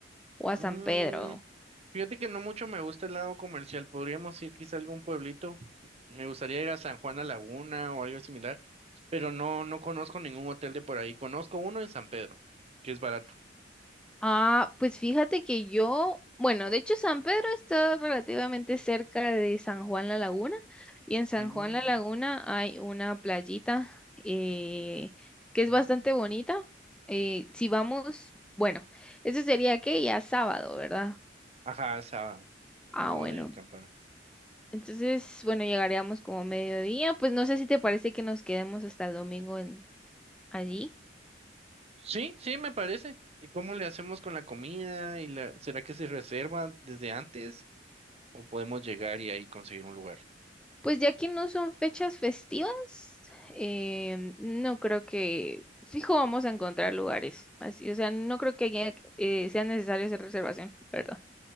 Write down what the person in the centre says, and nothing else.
o a
San Pedro.
Ah, pues fíjate que yo, bueno, de hecho San Pedro está relativamente cerca de San Juan La Laguna y en San
Juan La Laguna hay una playita eh, que
es bastante bonita. Eh, si vamos, bueno, eso sería que ya sábado, ¿verdad?
Ah,
bueno.
Entonces, bueno, llegaríamos como a mediodía. Pues no sé si te parece que nos quedemos hasta el domingo en, allí.
Pues ya que no son fechas festivas, em, no creo que, fijo, vamos a encontrar lugares así. O sea, no creo que haya- eh, sea necesario hacer reservación, ¿verdad?